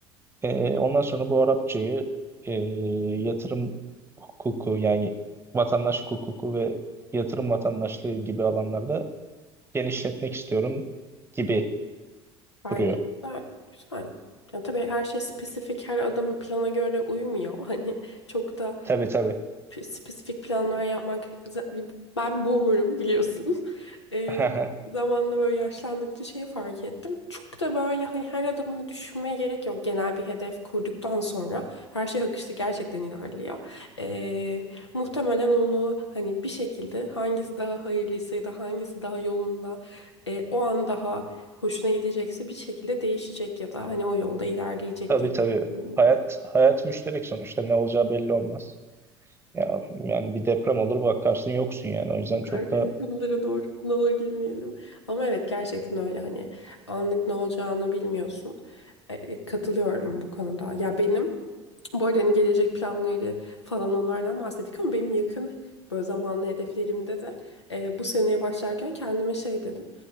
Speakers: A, on the right (about 15°); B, on the left (about 80°).
A: E, ondan sonra bu Arapçayı e, yatırım hukuku yani vatandaş hukuku ve yatırım vatandaşlığı gibi alanlarda genişletmek istiyorum gibi
B: Ben
A: duruyor.
B: de. Güzel. güzel. Yani tabii her şey spesifik, her adamın plana göre uymuyor. <laughs> Hani çok da
A: Tabii tabii.
B: p- spesifik planlar yapmak. Z- Ben boomer'ım biliyorsun. <laughs> Ee,
A: <laughs>
B: zamanla böyle yaşlandıkça şey fark ettim. Çok da böyle hani her adımını düşünmeye gerek yok. Genel bir hedef kurduktan sonra her şey akışta gerçekten ilerliyor. Ee, muhtemelen onu hani bir şekilde hangisi daha hayırlıysa ya da hangisi daha yolunda e, o an daha hoşuna gidecekse bir şekilde değişecek ya da hani o yolda ilerleyecek
A: Tabii
B: diye
A: tabii.
B: düşünüyorum.
A: Hayat hayat müşterek sonuçta ne olacağı belli olmaz. Ya, yani bir deprem olur bakarsın yoksun yani. O yüzden
B: Karakterin
A: çok da
B: konulara doğru ne olur girmeyelim. Ama evet gerçekten öyle hani anlık ne olacağını bilmiyorsun. E, e, katılıyorum bu konuda. Ya benim bu arada hani gelecek planları falan onlardan bahsettik ama benim yakın böyle zamanlı hedeflerimde de e, bu seneye başlarken kendime şey dedim.